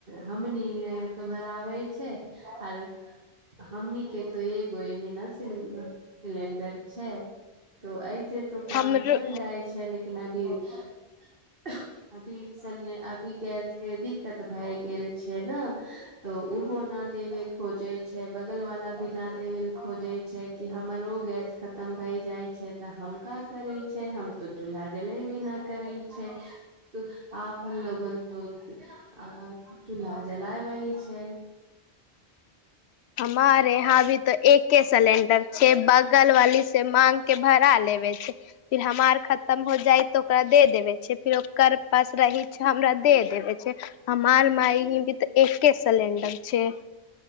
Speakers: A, on the right; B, on the left.
A: हमनी तो भराबै छै आर हमनीके तो एगो एहिंने सिलेंडर छै तो ऐसे तो काम
B: हमरो
A: चलि जाइ छै लेकिन अब- फिर अभी इस अभी गैसके दिक्कत भए गेल छै न तऽ ओहो ना देबै खोजै छै बगलवला भी ना देबै ल खोजै छै कि हमरो गैस खतम भइ जाइ छै तऽ हम का करै छै हम तो चूल्हा जलै भी ना करै छै तऽ आपन लोगन तो ऐं-चूल्हा जलावै छै
B: हमारे इहाँ भी तो एके सिलेंडर छै बगल वाली से मांग के भरा लेबे फिर हमार खतम हो जाइ ओकरा दे देबे छै फिर ओकर पास रही हमरा दे देबै छै हमार माइ ही तऽ एके सिलेंडर छै